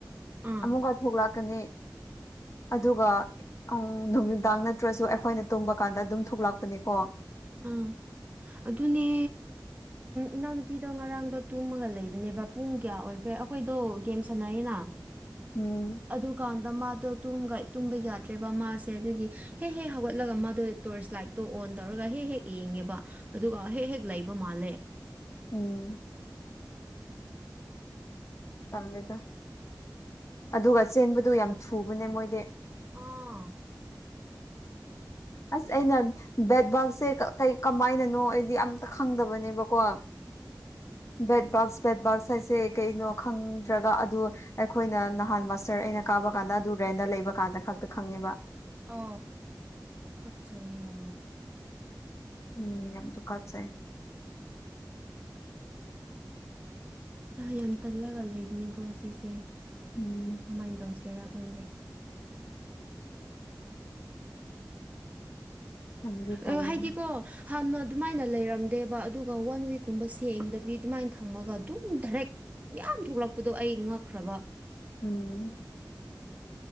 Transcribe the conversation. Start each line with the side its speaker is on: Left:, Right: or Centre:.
Right: ꯑꯥ
Left: ꯑꯃꯨꯛꯀ ꯊꯣꯛꯂꯛꯀꯅꯤ ꯑꯗꯨꯒ ꯎꯝ ꯅꯨꯃꯤꯗꯥꯡ ꯅꯠꯇ꯭ꯔꯁꯨ ꯑꯩꯈꯣꯏꯅ ꯇꯨꯝꯕ ꯀꯥꯟꯗ ꯑꯗꯨꯝ ꯊꯣꯛꯂꯛꯄꯅꯤꯀꯣ
Right: ꯑꯝ ꯑꯗꯨꯅꯦ ꯏꯅꯥꯎꯅꯨꯄꯤꯗꯣ ꯉꯔꯥꯡꯗꯣ ꯇꯨꯝꯃꯒ ꯂꯩꯕꯅꯦꯕ ꯄꯨꯡ ꯀꯌꯥ ꯑꯣꯏꯈ꯭ꯔꯦ ꯑꯩꯈꯣꯏꯗꯣ ꯒꯦꯝ ꯁꯥꯟꯅꯩꯅ
Left: ꯎꯝ
Right: ꯑꯗꯨꯀꯥꯟꯗ ꯃꯥꯗꯣ ꯇꯨꯝꯕ ꯌꯥꯗ꯭ꯔꯦꯕ ꯃꯥꯁꯦ ꯑꯗꯨꯒꯤ ꯍꯦꯛ ꯍꯦꯛ ꯍꯧꯒꯠꯂꯒ ꯃꯥꯗꯣ ꯇꯣꯔꯆ ꯂꯥꯏꯠꯇꯣ ꯑꯣꯟ ꯇꯧꯔꯒ ꯍꯦꯛ ꯍꯦꯛ ꯌꯦꯡꯉꯦꯕ ꯑꯗꯨꯒ ꯍꯦꯛ ꯍꯦꯛ ꯂꯩꯕ ꯃꯥꯜꯂꯦ
Left: ꯎꯟ
Right: ꯑ
Left: ꯇꯜꯂꯦꯗ ꯑꯗꯨꯒ ꯆꯦꯟꯕꯗꯨ ꯌꯥꯝ ꯊꯨꯕꯅꯦ ꯃꯣꯏꯗꯤ
Right: ꯑꯥ
Left: ꯑꯁ ꯑꯩꯅ ꯕꯦꯠꯕꯣꯜꯁꯦ ꯀꯩ ꯀꯃꯥꯏꯅꯅꯣ ꯑꯩꯗꯤ ꯑꯝꯇ ꯈꯪꯗꯕꯅꯦꯕꯀꯣ
Right: ꯎꯝ
Left: ꯕꯦꯠ ꯕꯥꯛꯁ ꯕꯦꯠ ꯕꯥꯛꯁ ꯍꯥꯏꯁꯦ ꯀꯩꯅꯣ ꯈꯪꯗ꯭ꯔꯒ ꯑꯗꯨ ꯑꯩꯈꯣꯏꯅ ꯅꯍꯥꯟ ꯃꯁꯇꯔ ꯑꯩꯅ ꯀꯥꯕ ꯀꯥꯟꯗ ꯑꯗꯨ ꯔꯦꯟꯗ ꯂꯩꯕ ꯀꯥꯟꯗ ꯈꯛꯇ ꯈꯪꯉꯦꯕ
Right: ꯑ ꯀꯠꯆ ꯌꯥꯝꯅ
Left: ꯎꯝ ꯌꯥꯝ ꯇꯨꯒꯠꯁꯩ ꯫
Right: ꯌꯥꯝ ꯇꯜꯂꯒ ꯂꯩꯕꯅꯤꯀꯣ ꯉꯁꯤꯁꯦ꯫
Left: ꯎꯝ꯫
Right: ꯀꯃꯥꯏꯅ ꯇꯧꯁꯤꯔꯥ ꯈꯪꯗꯦ꯫
Left: ꯇꯟꯗꯤ ꯇꯜꯂꯦ
Right: ꯑ ꯍꯥꯏꯗꯤꯀꯣ꯫ ꯍꯥꯟꯅ ꯑꯗꯨꯃꯥꯏꯅ ꯂꯩꯔꯝꯗꯦꯕ ꯑꯗꯨꯒ ꯋꯥꯟ ꯋꯤꯛꯀꯨꯝꯕ ꯁꯦꯡꯗꯕꯤ ꯑꯗꯨꯃꯥꯏꯅ ꯊꯝꯃꯒ ꯑꯗꯨꯝ ꯗꯥꯏꯔꯦꯛ꯫ ꯌꯥꯝ ꯊꯣꯛꯂꯛꯄꯗꯣ ꯑꯩ ꯉꯛꯈ꯭ꯔꯕ꯫
Left: ꯎꯝ꯫